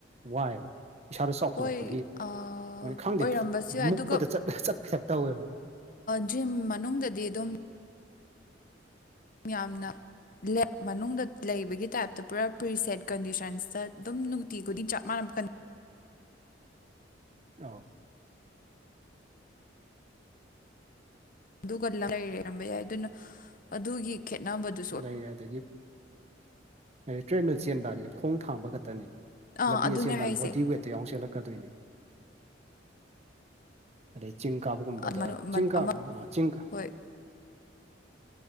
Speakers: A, on the right (about 35°); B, on the left (about 50°).
A: ꯋꯥꯏꯑꯦꯕ꯫ ꯏꯁꯥꯗ ꯆꯥꯎꯈꯠꯂꯛꯄꯒꯤ
B: ꯍꯣꯏ ꯑꯣꯏꯔꯝꯕꯁꯨ
A: ꯃꯣꯏꯅ ꯈꯪꯗꯦ
B: ꯌꯥꯏ
A: ꯃꯨꯛꯄꯗ
B: ꯑꯗꯨꯒ
A: ꯆꯠꯄ ꯆꯠꯄ ꯆ ꯇꯧꯋꯦꯕ꯫
B: ꯖꯤꯝ ꯃꯅꯨꯡꯗꯗꯤ ꯑꯗꯨꯝ꯫ ꯃꯤꯌꯥꯝꯅ ꯃꯅꯨꯡꯗ ꯂꯩꯕꯒꯤ ꯇꯥꯏꯞꯇ ꯄꯨꯔꯥ ꯄ꯭ꯔꯤꯁꯦꯠ ꯀꯟꯗꯤꯁꯟꯁꯇ ꯑꯗꯨꯝ ꯅꯨꯡꯇꯤ ꯈꯨꯗꯤꯡ ꯆꯞ ꯃꯥꯟꯅꯕ
A: ꯑ
B: ꯑꯗꯨꯒ ꯂꯩꯔꯔꯝꯕ ꯌꯥꯏ ꯑꯗꯨꯅ ꯑꯗꯨꯒꯤ ꯈꯦꯠꯅꯕꯗꯤ
A: ꯂꯩꯔꯦ ꯑꯗꯒꯤ ꯇ꯭ꯔꯦꯟꯃꯜ ꯆꯦꯟꯕ ꯍꯥꯏꯁꯤꯗꯤ ꯈꯣꯡ ꯊꯥꯡꯕ ꯈꯛꯇꯅꯤ
B: ꯑꯥ
A: ꯂꯝꯕꯤꯗ
B: ꯑꯗꯨꯅꯦ
A: ꯆꯦꯟꯕ
B: ꯍꯥꯏꯁꯦ
A: ꯕꯣꯗꯤ ꯋꯦꯠꯇ ꯌꯥꯎ ꯆꯦꯜꯂꯛꯀꯗꯣꯏꯅꯦ ꯑꯗꯩ ꯆꯤꯡ ꯀꯥꯕꯒꯨꯝꯕꯗ
B: ꯑꯃ
A: ꯆꯤꯡ ꯀꯥ ꯆꯤꯡ
B: ꯍꯣꯏ